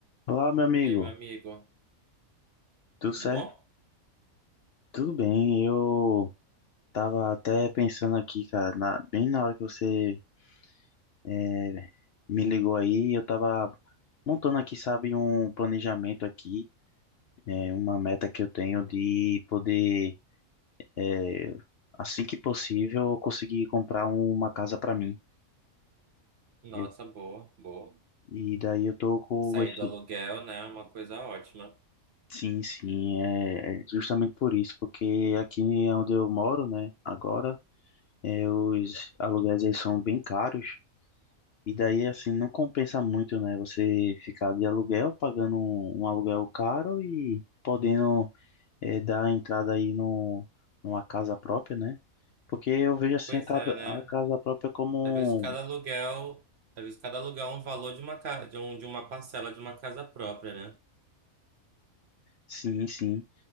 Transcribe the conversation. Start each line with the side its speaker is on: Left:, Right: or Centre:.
Left: Olá, meu amigo.
Right: E aí, meu amigo,
Left: Tudo
Right: tudo
Left: certo?
Right: bom?
Left: Tudo bem. Eu tava até pensando aqui, cara, na- bem na hora que você eh, me ligou aí, eu tava montando aqui, sabe, um planejamento aqui, eh, uma meta que eu tenho de poder, eh, assim que possível, conseguir comprar uma casa para mim.
Right: Nossa,
Left: Eu-
Right: boa, boa.
Left: e daí eu tô com
Right: Sair
Left: esse.
Right: do aluguel, né, é uma coisa ótima.
Left: Sim, sim, é é justamente por isso, porque aqui é onde eu moro, né, agora. É, os aluguéis eles são bem caros e daí assim não compensa muito, né? Você ficar de aluguel pagando um, um aluguel caro e podendo é, dar entrada aí no, numa casa própria, né? Porque eu vejo assim
Right: Pois
Left: a casa,
Right: é, né?
Left: a casa própria como
Right: Às vezes cada aluguel, às vezes cada aluguel é um valor de uma ca... de um, de uma parcela de uma casa própria, né?
Left: sim, sim.